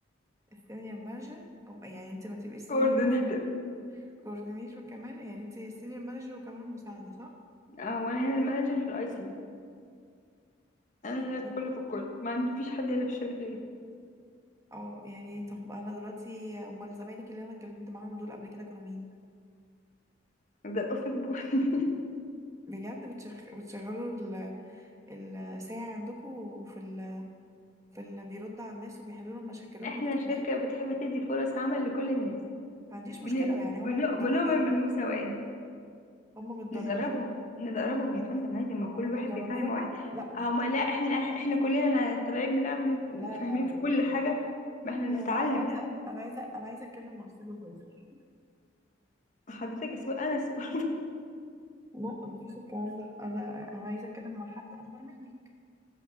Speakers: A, on the right (about 15°); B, on the left (about 40°).
A: السينيور مانجر أم- يعني انت ما تبقي السينيور
B: كوردينيتور
A: مانجر كوردينيتور كمان يعني انت السينيور مانجر وكمان المساعدة صح؟
B: أه وأنا هنا المانجر في الأي سي أنا هنا
A: دلوقتي؟
B: الكل في الكل ما عنديش حد هنا في الشركة غيري
A: اه يعني طب انا دلوقتي امال زمايلك اللي انا اتكلمت معاهم دول قبل كده كانوا مين؟
B: ده الأوفيس بوي <laughs>
A: بجد بتشغ... بتشغلوا ال... الساعة عندكم في ال... في اللي بيرد على الناس وبيحلوا لهم مشاكلهم
B: إحنا
A: التقنية
B: شركة بتحب تدي فرص عمل لكل الناس
A: ما عنديش
B: بن...
A: مشكلة يعني
B: بن...
A: هم متدربين
B: بنؤمن بالمساواة
A: هم متدربين
B: ندربهم ندربهم يا فندم عادي ما هو كل
A: هم
B: واحد
A: بتدربيهم
B: بيتعلم واحد
A: لا
B: هما لا احنا احنا كلنا طالعين بنعرف نف-
A: لا
B: فاهمين
A: لا لا
B: في كل حاجة ما احنا
A: لا
B: بنتعلم
A: لا انا عايزة انا عايزة انا عايزة اتكلم مع السوبرفايزر
B: حضرتك سوق انا سوق
A: لا مفيش الكلام ده انا انا عايزة اتكلم مع حد اكبر منك